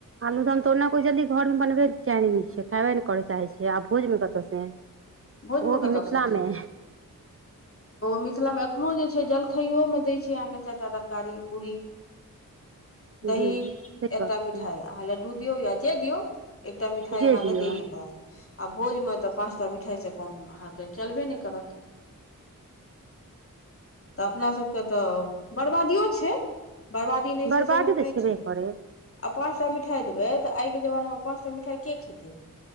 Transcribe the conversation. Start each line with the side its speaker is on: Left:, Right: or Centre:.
Right: आलू दाम त ओना कोई जल्दी घर मे बनबे चाही ने छ खायबे ने करे चाहे छी य भोजमे कत से
Left: भोज
Right: ओहो
Left: में
Right: भी
Left: कत
Right: मिथिलामे
Left: स एतय? मिथिलामे एखनो जे छैय जलखाइयोमे दैय छैय अहाँके चारि टा तरकारी पूरी
Right: जी
Left: दही
Right: से
Left: एकटा
Right: गप छै
Left: मिठाई अहाँ लड्डू दियौ या जे दियौ। एकटा मिठाई
Right: जे
Left: अहाँके
Right: दियौ
Left: दैेयही पड़त आ भोज मे तऽ पाँचटा मिठाई सब अपन अहाँके चलबे नहि करत। तऽ अपनासभके तऽ बरबादियो छैय। बर्बादी नहि
Right: बर्बादी
Left: छैय से गप
Right: तऽ
Left: नहि
Right: छेबे
Left: छैय।
Right: करै
Left: पाँचटा मिठाइ देबै तऽ आइके जमानामे पाँच टा मिठाइ के खेतै?